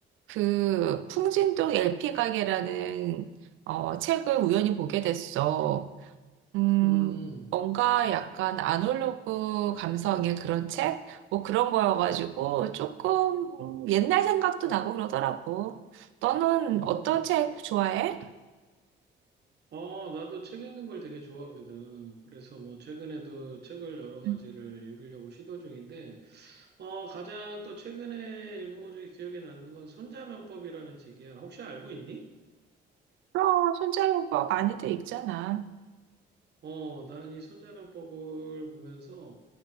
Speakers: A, on the right (about 80°); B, on the right (about 55°).
A: 그 풍진동 LP 가게라는 어, 책을 우연히 보게 됐어. 음,
B: 음,
A: 뭔가 약간 아날로그 감성의 그런 책? 뭐 그런 거여가지고 조금 음, 옛날 생각도 나고 그러더라고. 너는
B: 음.
A: 어떤 책 좋아해?
B: 어, 나도 책 읽는 걸 되게 좋아하거든. 그래서 뭐 최근에도 책을 여러 가지를
A: 음,
B: 읽으려고 시도 중인데, 어, 가장 또 최근에 읽은 것 중에 기억에 남는 건 손자병법이라는 책이야. 혹시 알고 있니?
A: 그럼 손자병법 많이들 읽잖아.
B: 어, 나는 이 손자병법을 보면서